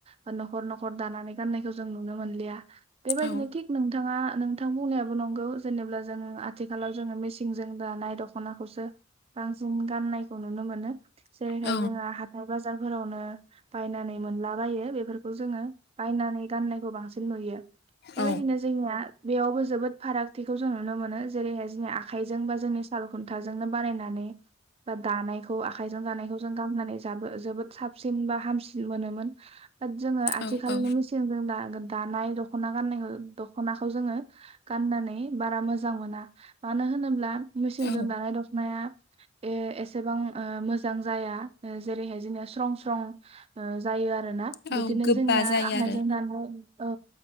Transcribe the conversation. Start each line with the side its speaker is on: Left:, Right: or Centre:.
Right: बा न'खर न'खर दानानै गाननाय खौ जों नुनो मोनलिया बेबायदिनो
Left: औ
Right: थिग नों थाङा नोंथां बुंनायाबो नंगौ जेनेबा जोङो आथिखालाव जोङो मिसिंजों दानाय दख'नाखौसो बांसिन गाननायखौ नुनो मोनो जेरैहाय
Left: औ
Right: जोंहा हा थाय बाजारफोरावनो बायनानै मोनलाबायो बेफोरखौ जोङो बायनानै गाननायखौ बांसिन नुयो बेबायदिनो
Left: औ
Right: जोंनिया बेयावबो जोबोद फारागथिखौ जों नुनो मोनो जेरैहाय जोंनि आखाइजों बा जोंनि साल खुन्थाजोंनो बानायनानै बा दानायखौ खौ आखायजों जानायखौ जों गानानै जाबो जोबोद साबसिन बा हामसिन मोनोमोन। बाद जोङो आथिखालनि
Left: औ औ
Right: मेसिन जों दा दानाय दख'ना गाननायखौ दख'नाखौ जोङो गाननानै बारा मोजां मोना मानो होनोब्ला मेसिनजों
Left: औ
Right: दानाय दख'नाया ए एसेबां ओ मोजां जाया जेरैहाय जोंनिया स्रं स्रं ओ जायो आरोना बिदिनो
Left: औ गोबा
Right: जोंनिया
Left: जायो
Right: आखाइजों
Left: आरो
Right: ना न' औ